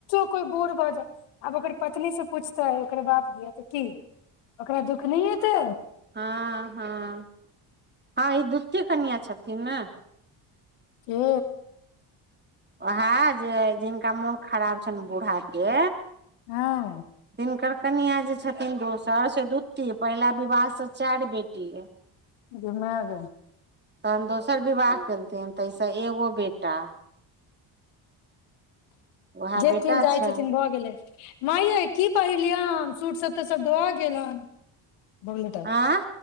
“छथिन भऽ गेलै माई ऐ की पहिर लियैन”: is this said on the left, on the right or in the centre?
Left